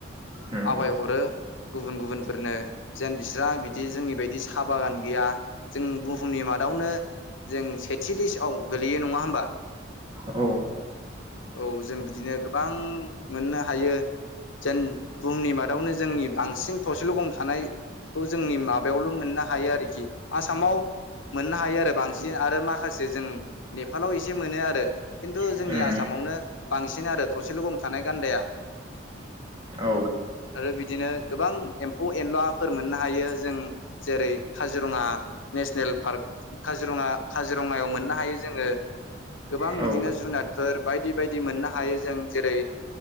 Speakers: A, on the right; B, on the left.
A: उम
B: आवायहरो गुबुन गुबुनफोरनो जेन बिस्रा बिदि जोंनि बायदि साहा बागान गैया जों बुहुमनि मादावनो जों सेथिलिसआव गोलैयो नङा होमबा?
A: औ
B: औ जों बिदिनो गोबां मोननो हायो जेन बुहुमनि मादावनो जोंनि बांसिन थसेल' गं थानाय जोंनि माबायावल' मोननो हायो आरोखि आसामाव मोननो हायो आरो बांसिन आरो माखासे जों नेपालाव एस एसे मोनो आरो खिन्थु
A: उम
B: जोंनि आसामावनो बांसिन आरो थसेल' गं थानाय गान्दाया
A: औ
B: आरो बिदिनो गोबां एम्फौ-एनलाफोर मोननो हायो जों जेरै काजिरङा नेसनेल पार्क काजिरङा-काजिरङायाव मोननो हायो। जोङो गोबां
A: औ
B: बिदिनो जुनादफोर बायदि बायदि मोननो हायो जों जेरै दैै